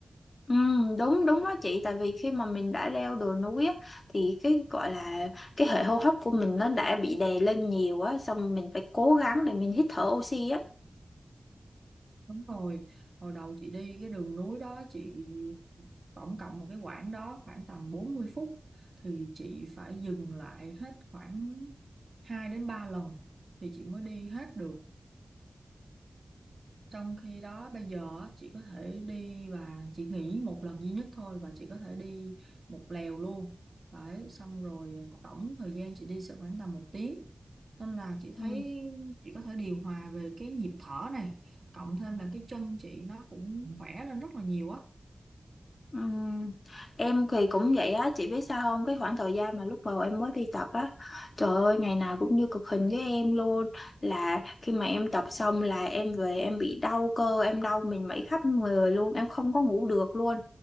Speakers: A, on the left (about 50°); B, on the right (about 50°).
A: Ừ, đúng đúng đó chị tại vì khi mà mình đã leo đồi núi á, thì cái gọi là cái hệ hô hấp của mình nó đã bị đè lên nhiều á xong mình phải cố gắng để mình hít thở oxy á
B: đúng rồi hồi đầu chị đi cái đường núi đó chị tổng cộng một cái quãng đó khoảng tầm 40 phút thì chị phải dừng lại hết khoảng 2 đến 3 lần thì chị mới đi hết được Trong khi đó bây giờ á, chị có thể đi và chị nghỉ một lần duy nhất thôi và chị có thể đi một lèo luôn. Đấy, xong rồi tổng thời gian chị đi sẽ khoảng tầm một tiếng. Nên là chị
A: ừ.
B: thấy chị có thể điều hòa về cái nhịp thở này, cộng thêm là cái chân chị nó cũng khỏe lên rất là nhiều á.
A: Ừm, Em thì cũng vậy á, chị biết sao không? Cái khoảng thời gian mà lúc đầu em mới đi tập á, trời ơi ngày nào cũng như cực hình với em luôn. Là khi mà em tập xong là em về em bị đau cơ, em đau mình mẩy khắp người luôn, em không có ngủ được luôn.